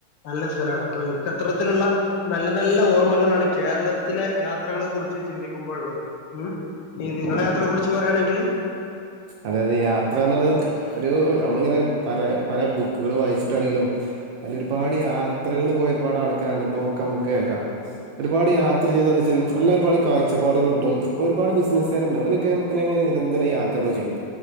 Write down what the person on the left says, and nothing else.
നല്ല സ്ഥലാണ് അപ്പൊ എനിക്ക് അത്തരത്തില്ള്ള നല്ല നല്ല ഓർ മ്മകളാണ് കേരളത്തിലെ യാത്രകളെക്കുറിച്ച് ചിന്തിക്കുമ്പോൾ ഒള്ളത് ഉം ഇനി നിങ്ങടെ യാത്രയെക്കുറിച്ച് പറയാണെങ്കില്